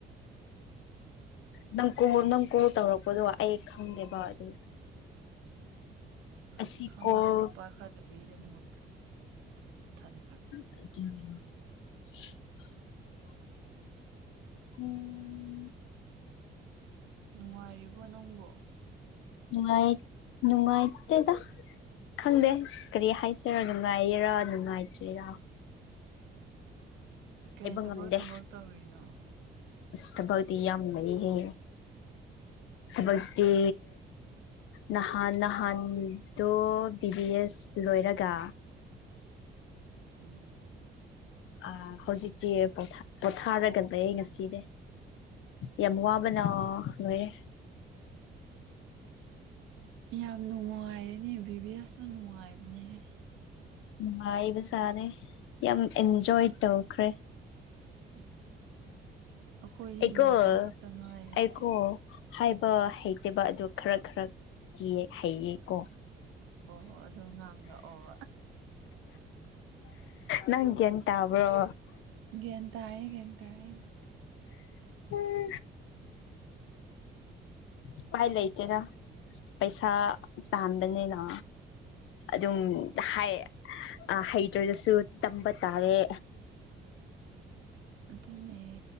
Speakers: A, on the left; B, on the right.
A: ꯅꯪ ꯀꯣꯜ ꯅꯪ ꯀꯣꯜ ꯇꯧꯔꯛꯄꯗꯣ ꯑꯩ ꯈꯪꯗꯦꯕ ꯑꯗꯨ
B: ꯑꯁ
A: ꯑꯁꯤ
B: ꯈꯪꯉꯝꯃꯣꯏ
A: ꯀꯣꯜ
B: ꯄꯥꯈꯥꯗꯕꯤꯗ ꯃꯨꯠꯈꯔꯦꯃꯊꯟꯇꯪ
A: <unintelligible> ꯎꯝ
B: ꯅꯨꯡꯉꯥꯢꯔꯤꯕꯣ ꯅꯡꯕꯣ
A: ꯅꯨꯡꯥꯏ ꯅꯨꯡꯥꯏꯇꯦꯗ ꯈꯪꯗꯦ ꯀꯔꯤ ꯍꯥꯏꯁꯤꯔ ꯅꯨꯡꯉꯥꯏꯌꯦꯔꯥ ꯅꯨꯡꯉꯥꯏꯇ꯭ꯔꯤꯦꯔꯥ
B: ꯀꯩ ꯊꯕꯛ
A: ꯉꯝꯗꯦ
B: ꯊꯕꯛ ꯇꯧꯔꯤꯅꯣ
A: ꯊꯕꯛꯇꯤ ꯌꯥꯝ ꯂꯩꯌꯦꯍꯦ ꯊꯕꯛꯇꯤ ꯅꯍꯥꯟ ꯅꯍꯥꯟꯗꯣ ꯕꯤ ꯕꯤ ꯑꯦꯁ ꯂꯣꯏꯔꯒ
B: ꯎꯝ
A: ꯑ ꯍꯧꯖꯤꯛꯇꯤ ꯄꯣꯊꯥꯔꯒ ꯂꯩ ꯑꯩ ꯉꯁꯤꯗꯤ ꯌꯥꯝ ꯋꯥꯕꯅ ꯂꯣꯏꯔꯦ
B: ꯌꯥꯝ ꯅꯨꯡꯉꯥꯏꯔꯦꯅꯦ ꯕꯤꯕꯤꯁꯨ ꯅꯨꯡꯉꯥꯏꯕꯅꯦꯍꯦ
A: ꯅꯨꯡꯉꯥꯏꯕꯁꯥꯅꯦ ꯌꯥꯝ ꯑꯦꯟꯖꯣꯏ ꯇꯧꯈ꯭ꯔꯦ
B: ꯑꯁ ꯑꯩꯈꯣꯏꯁꯦ
A: ꯑꯩꯀꯣ
B: ꯌꯦꯡꯕ ꯈꯛꯇ ꯉꯥꯏꯔꯦꯅꯦ
A: ꯑꯩꯀꯣ ꯍꯥꯏꯕ ꯍꯩꯇꯕ ꯑꯗꯨ ꯈꯔ ꯈꯔ ꯍꯩꯌꯦꯀꯣ
B: ꯑꯣ ꯑꯗꯨ ꯉꯥꯡ ꯂꯛꯑꯣ
A: ꯅꯪ ꯒ꯭ꯌꯥꯟ ꯇꯥꯕ꯭ꯔꯣ
B: ꯒ꯭ꯌꯥꯟ ꯇꯥꯏꯌꯦ ꯒ꯭ꯌꯥꯟ ꯇꯥꯏꯌꯦ
A: ꯎꯝ ꯎꯄꯥꯏ ꯂꯩꯇꯦꯗ ꯄꯩꯁꯥ ꯇꯥꯟꯕꯅꯤꯅ ꯑꯗꯨꯝ ꯍꯥꯏ ꯍꯩꯇ꯭ꯔꯒꯁꯨ ꯇꯝꯕ ꯇꯥꯔꯦ
B: ꯑꯗꯨꯅꯦ